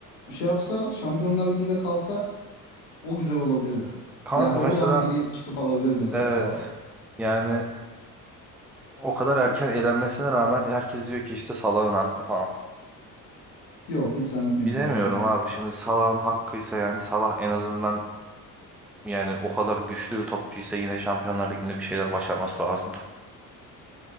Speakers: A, on the left (about 60°); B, in the centre.
A: şey yapsa Şampiyonlar Ligi'nde kalsa o güzel olabilirdi.
B: Kanka
A: Ya oradan
B: mesela
A: biri çıkıp alabilirdi mesela
B: evet
A: Salah.
B: yani o kadar erken elenmesine rağmen herkes diyor ki işte Salah'ın hakkı falan.
A: Yok hiç zannetmiyorum
B: Bilemiyorum
A: alabileceğini.
B: abi şimdi Salah'ın hakkıysa yani Salah en azından yani o kadar güçlü bir topçuysa yine Şampiyonlar Ligi'nde bir şeyler başarması lazımdı.